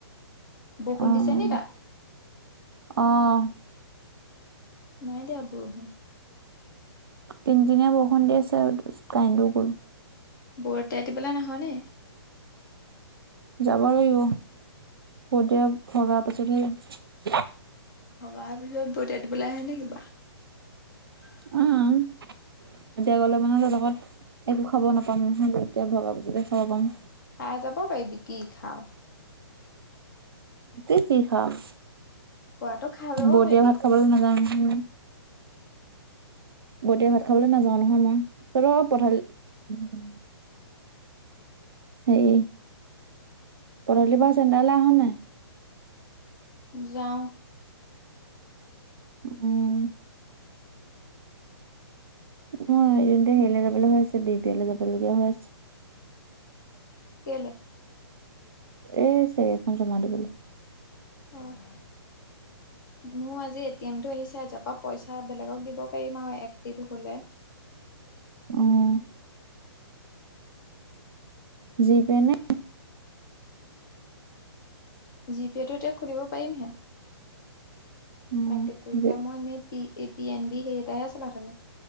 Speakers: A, on the left; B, on the right.
A: বৰষুণ
B: অ'
A: দিছে নি তাত?
B: অ'!
A: নাই দিয়া বৰষুণ।
B: কিংকিনীয়া বৰষুণ দি আছে আৰু কাৰেন্টো গ'ল।
A: বৰতে আতি পেলাই নহয়নে?
B: যাব লাগিব, <unintelligible> ভগা পিছতহে, যাম।
A: ভগাৰ পিছত, <unintelligible> দিবলৈ আহে নে কিবা? <unintelligible>
B: উম, এতিয়া গ'লে মানে তহঁতৰ ঘৰত একো খাব নাপাম নহয়, তেতিয়া ভগা পইছাতে খাব পাম।
A: খায় যাব পাৰিবি, কি খাওঁঅ।
B: কি কি খাওঁ?
A: খোৱাটো খাই যাব
B: বৰ
A: পাৰিবি।
B: দিয়া ভাত খাবলৈ নাজাওঁ, নহয় মই। গোটেই ভাত খাবলৈ নাযাওঁ নহয় মই, তহঁতৰ ঘৰত পঠালি উম। সেৰি, গধুলিৰ পৰা চেণ্টাৰলৈ আহ নাই?
A: যাওঁ।
B: উম! মই এনেতে, সেৰিলৈ যাবলৈ হৈ আছে। <unintelligible> যাব লগীয়া হৈ আছে।
A: কেলে?
B: এ, চেক এখন জমা দিবলে।
A: অ'! মোৰ আজি এ টি এমটো আহিছে। য'ৰ পৰা পইচা বেলেগক দিব পাৰিম আৰু এক্টিভ হ'লে।
B: উম! জী-পে নে?
A: জী-পেটো এতিয়া, খুলিব পাৰিমহে,
B: উম
A: এক্টিভ কৰি
B: জি-
A: দিলে, মই এনেই প এ পি এন বি সেই এটাহে চলাই থাকোঁ।